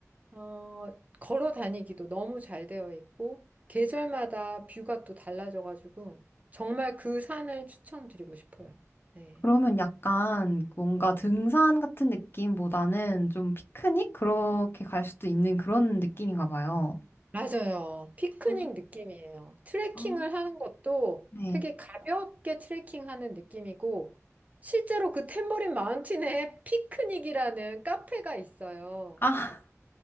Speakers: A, on the right; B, on the left.
A: 어 걸어 다니기도 너무 잘 되어 있고 계절마다 뷰가 또 달라져 가지고 정말 그 산을 추천드리고 싶어요. 네.
B: 그러면 약간 뭔가 등산 같은 느낌보다는 좀 피크닉? 그렇게 갈 수도 있는 그런 느낌인가 봐요.
A: 맞아요. 피크닉
B: 아,
A: 느낌이에요. 트레킹을
B: 아.
A: 하는 것도
B: 네.
A: 되게 가볍게 트레킹하는 느낌이고, 실제로 그 탬버린 마운틴에 피크닉이라는 카페가 있어요.
B: 아,